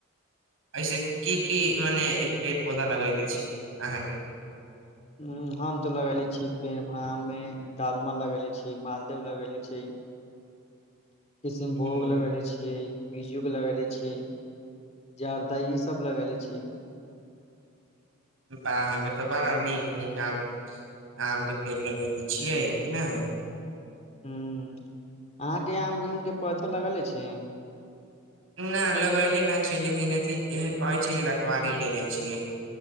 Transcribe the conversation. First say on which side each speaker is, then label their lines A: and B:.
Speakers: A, on the right; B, on the left.
A: एहिऐसे की की मने पेड़ पौधा लगैले छियै अहाँके
B: ह हम तो लगेले छीे मे डालमा लगेले छी मालदेव लगेले छी किसनभोग
A: ह
B: लगले छियै बीज्जू के लगेले छी जरदा ई सब लगेले छी <inaudible>
A: बाहके तऽ बड़ा नीक नीक आम अय आम के पेड़ लगयले छियै कि नहि
B: ह अहाँके आम उम के पौथो लगले छै
A: न लगैले नहि छै लेकिन अथ कहै छै रखवारी ले ले छियै